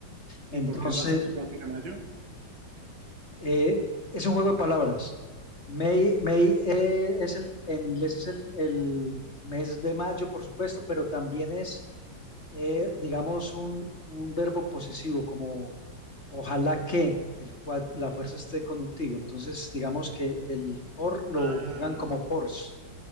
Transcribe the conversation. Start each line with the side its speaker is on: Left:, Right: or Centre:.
Left: Entonces,
Right: ¿y por qué razón el 4 de mayo?
Left: Eh, es un juego de palabras. May, May, eh, es el, en inglés es el, el mes de mayo, por supuesto, pero también es, eh, digamos, un, un verbo posesivo, como ojalá que el cual la fuerza esté contigo. Entonces, digamos que el for lo
Right: Ah,
Left: juegan como force,